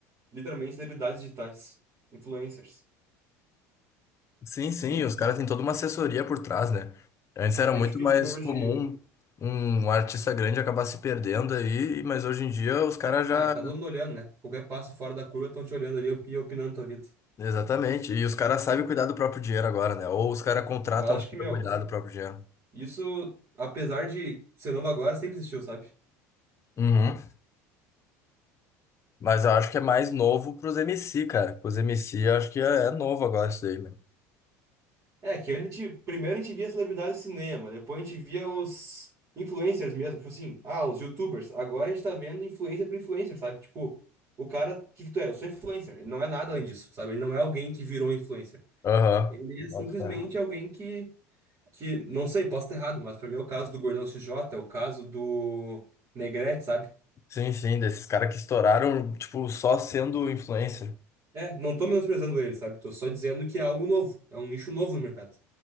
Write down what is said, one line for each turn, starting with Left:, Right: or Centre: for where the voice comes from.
Right: literalmente celebridades digitais, influencers.
Left: Sim, sim,
Right: É, difí-
Left: e os caras têm toda uma assessoria por trás, né? Antes era
Right: é
Left: muito
Right: difícil
Left: mais
Right: hoje.
Left: comum um um artista grande acabar se perdendo aí, mas hoje em dia os caras
Right: É,
Left: já.
Right: tá todo mundo olhando, né? Qualquer passo fora da curva estão te olhando ali e opinando tua vida.
Left: Exatamente, e os caras sabem cuidar do próprio dinheiro agora, né? Ou os caras contratam
Right: Mas acho
Left: alguém
Right: que, meu,
Left: pra cuidar do próprio dinheiro.
Right: isso, apesar de ser novo agora, sempre existiu, sabe?
Left: Uhum. Mas eu acho que é mais novo pros M C cara. Pros MC, eu acho que é, é novo agora isso aí, meu.
Right: É, que a gente, primeiro a gente via celebridades de cinema, depois a gente via os influencers mesmo, tipo assim, ah, os YouTubers. Agora a gente tá vendo influencer por influencer, sabe? Tipo, o cara, o que que tu é? Eu sou influencer. Ele não é nada além disso, sabe? Ele não é alguém que virou influencer.
Left: Aham.
Right: Ele
Left: Bota
Right: é simplesmente
Left: fé.
Right: alguém que, que não sei, posso estar errado, mas pra mim é o caso do Gordão XJ, é o caso do Negrete, sabe?
Left: Sim, sim, desses caras que estouraram, tipo, só sendo influencer.
Right: É, não tô menosprezando ele, sabe? Tô só dizendo que é algo novo, é um nicho novo no mercado.